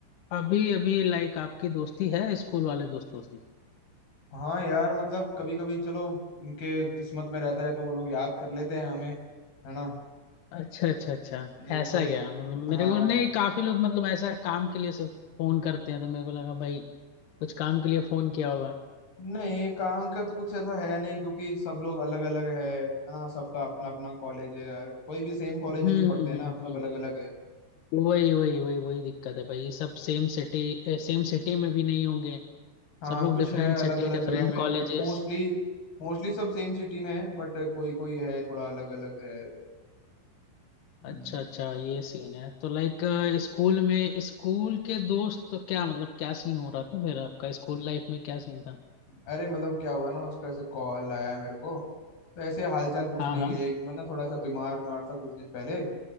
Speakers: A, on the left; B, on the left.
A: अभी अभी लाइक आपकी दोस्ती है स्कूल वाले दोस्तों से
B: हाँ यार मतलब कभी कभी चलो उनके किस्मत में रहता है तो वो लोग याद कर लेते हैं हमें है ना
A: अच्छा अच्छा अच्छा
B: नहीं
A: ऐसा
B: तो एक
A: क्या मतलब मेरे
B: हाँ
A: को नहीं काफी लोग मतलब ऐसा काम के लिए सिर्फ फोन करते हैं तो मेरे को लगा भाई कुछ काम के लिए फोन किया होगा
B: नहीं काम का तो कुछ ऐसा है नहीं क्योंकि सब लोग अलग अलग है है ना सबका अपना अपना कॉलेज है कोई भी सेम कॉलेज
A: हम्म
B: में नहीं पढ़ते
A: हम्म हम्म
B: ना सब
A: हम्म।
B: अलग अलग है
A: वही वही वही वही दिक्कत है भाई ये सब सेम सिटी सेम सिटी में भी नहीं होंगे
B: हाँ
A: सब लोग
B: कुछ
A: डिफरेंट
B: है
A: सिटी
B: अलग अलग
A: डिफरेंट
B: जगह में
A: कॉलेजेस
B: बट मोस्टली मोस्टली सब सेम सिटी में है बट कोई कोई है थोड़ा अलग अलग है हम्म,
A: अच्छा अच्छा ये सीन है तो लाइक स्कूल में स्कूल के दोस्त तो क्या मतलब क्या सीन हो रहा था फिर आपका स्कूल लाइफ में क्या सीन था
B: अरे मतलब क्या हुआ ना उसका ऐसे कॉल आया मेरे को तो ऐसे हालचाल पूछने
A: हाँ हाँ
B: के लिए कि मैं ना थोड़ा सा बीमार बीमार था कुछ दिन पहले